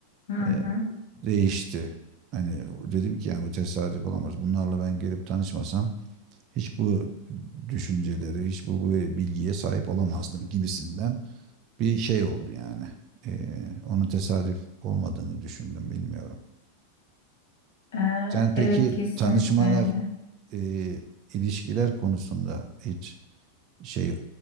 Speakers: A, on the left; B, on the right.
A: hı hı.
B: e, değişti. Hani dedim ki yani bu tesadüf olamaz. Bunlarla ben gelip tanışmasam hiç bu düşüncelere, hiç bu, bu bilgiye sahip olamazdım gibisinden bir şey oldu yani. Ee, onun tesadüf olmadığını düşündüm bilmiyorum.
A: Ee,
B: Sen peki
A: evet kesinlikle
B: tanışmalar,
A: öyle.
B: e, ilişkiler konusunda hiç şey